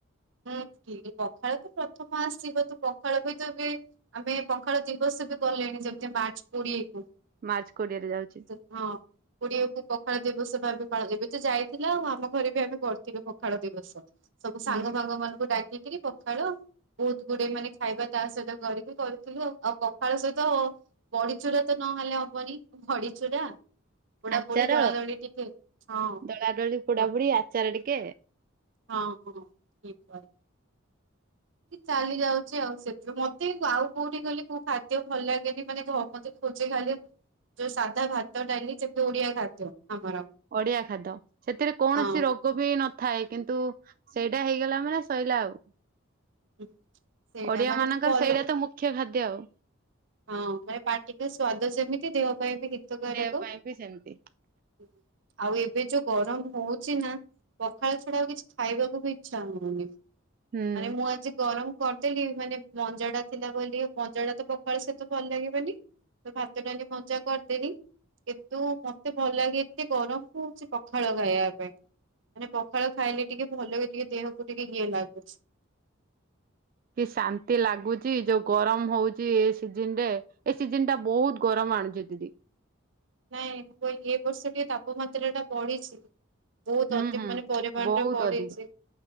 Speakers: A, on the right; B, on the right.
A: ହୁଁ କି ପଖାଳ ତ ପ୍ରଥମ ଆସିବ ତୁ ପଖାଳ ବି ତୁ ବି ଆମେ ପଖାଳ ଦିବସ ବି କଲେଣି ଯେମିତି ମାର୍ଚ୍ଚ କୋଡିଏ କ
B: ମାର୍ଚ୍ଚ କୋଡିଏରେ ଯାଉଚି
A: ହଁ କୋଡିଏକୁ ପଖାଳ ଦିବସ ଭାବେ ପାଳାଯାଏ ଏବେ ତ ଯାଇଥି ଲା ଆଉ ଆମ ଘରେ ବି ଏବେ କରିଥିବେ ପଖାଳ ଦିବସ ସବୁ
B: ହୁଁ
A: ସାଙ୍ଗ ଫାଙ୍ଗ ମାନଙ୍କୁ ଡାକି ଟିକେ ପଖାଳ ବହୁତ ଗୁଡେ ମାନେ ଖାଇବା ତା ସହିତ କରିକି କରିୁଥୁଲୁ ଆଉ ପଖାଳ ସହିତ ବଡିଚୁରା ତ ନହେଲେ ହବନି ଭଡିଚୁରା ପୋଡା
B: ଆଚାର
A: ପୋଡି ଦୋଳା ଦୋଳି ଟିକେ ହଁ
B: ଦଳା ଦଳି ପୋଡା
A: ବଡ଼ି
B: ପୋଡି ଆଚାର ଟିକେ।
A: ହଁ ହଁ ଠ ଚାଲି ଯାଉଚି ଆଉ ସେଥିରୁ ମତେ ଆଉ କୋଉଠି କଲେ କୋଉ ଖାଦ୍ୟ ଭଲ ଲାଗେନି ମାନେ ମତେ ଖୋଜେ ଖାଲେ ଯୋଉ ସାଧା ଖାତ ଡାଲି ଯେତେ ଓଡିଆ ଖାଦ୍ୟ ଆମର
B: ଅଡିଆ ଖାଦ ସେତିରେ କୌଣସି
A: ହଁ
B: ରୋଗ ବି ନ ଥାଏ କିନ୍ତୁ ସେଇଟା ହେଇଗଲା ମାନେ ଶୋଇଲା ଆଉ
A: ହୁଁ। ସେଇଟା
B: ଓଡିଆ
A: ମାନେ
B: ମାନଙ୍କର
A: ଭଲ
B: ସେଇରା ତ ମୁଖ୍ୟ ଖା ଦ୍ୟ ଆଉ।
A: ହଁ ପାଟିିକ ସ୍ଵାଦ ଯେମିତି ଦେହ ପାଇଁ ହିତକାରକ
B: ଦେହ ପାଇଁ ବି ସେମିତି
A: ହୁଁ। ଆଉ ଏବେ ଯୋଉ ଗରମ ହଉଚି ନା ପଖାଳ ଛଡା ଆଉ କିଛି ଖାଇବାକୁ ବି ଇଚ୍ଛା ହଉନି
B: ହୁଁ।
A: ମାନେ ମୁଁ ଆଜି ଗରମ କରିଦେଲି ମାନେ ମଞ୍ଜା ଟା ଥିଲା ବୋଲି ମଞ୍ଜା ତ ପ ପଖାଳ ସଇତ ଭଲ ଲାଗିବନି ତ ଭାତ ଟାନେ ମଞ୍ଜା କରିଦେନି କିନ୍ତୁ ମତେ ଭଲ ଲାଗେ ଏତେ ଗରମ ହଉଚି ପଖାଳ ଖାଇବା ପାଇଁ ମାନେ ପଖାଳ ଖାଇଲେ ଟିକେ ଭଲ ଲେ ଟିକେ ଦେହକୁ ଟିକେ ଇଏ ଲାଗୁଛି।
B: କି ଶାନ୍ତି ଲାଗୁଚି ଯୋଉ ଗରମ ହଉଚି ଏ ସିଜିନ ରେ ଏ ସିଜିନ ଟା ବହୁତ ଗରମ ଆଣୁଚି ଦିଦି।
A: ନାଇଁ ମୁଁ କଇଲି ଏ ବର୍ଷ ଟିକେ ତାପମାତ୍ରା ଟା ବଢିଛି। ବହୁତ
B: ହୁଁ
A: ଅତି
B: ହୁଁ
A: ମାନେ ପରିମାଣରେ
B: ବହୁତ
A: ବଢିଛି।
B: ଅଧିକ।